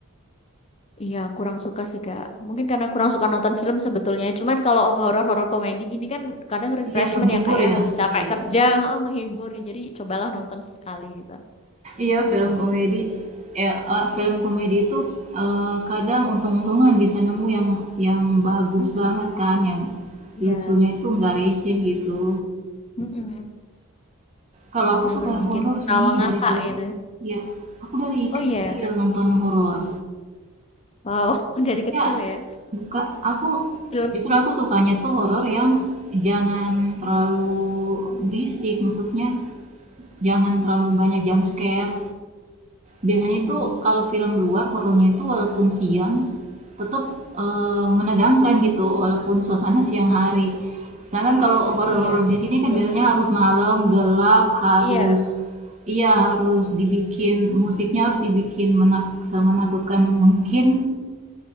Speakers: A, on the left; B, on the right.
A: Iya, kurang suka sih Kak. Mungkin karena kurang suka nonton film sebetulnya. Cuman kalau horor-horor komedi gini kan kadang refreshment
B: Iya, menghibur
A: ya Kak
B: ya?
A: ya, habis capek
B: Iya.
A: kerja, heeh, menghibur. Jadi cobalah nonton sesekali gitu.
B: Iya, film
A: Menarik.
B: komedi.
A: ya.
B: Ya, eee, film
A: Mhm,
B: komedi itu, eee, kadang untung-untungan bisa nemu yang yang bagus
A: mhm,
B: banget kan, yang
A: iya,
B: lucunya itu nggak receh gitu.
A: mhm,
B: Kalau
A: yang
B: aku
A: bener-bener
B: suka
A: bikin
B: horor
A: ketawa
B: sih
A: ngakak
B: dari dulu.
A: gitu.
B: Iya, aku dari
A: Oh
B: kecil
A: iya?
B: nonton horor.
A: Wow, <laughs> dari
B: Iya,
A: kecil ya,
B: buka aku
A: film
B: justru aku sukanya tuh horor yang jangan terlalu berisik, maksudnya jangan terlalu banyak jump scare. Biasanya
A: mhm
B: itu
A: mhm,
B: kalau film luar horornya itu walaupun siang tetep, eee, menegangkan gitu walaupun suasana siang hari. Sedangkan kalau horor-horor
A: iya,
B: di sini
A: betul.
B: kan biasanya harus malam, gelap, harus
A: Iya,
B: iya harus dibikin
A: mhm,
B: musiknya harus dibikin menaku semenakutkan mungkin.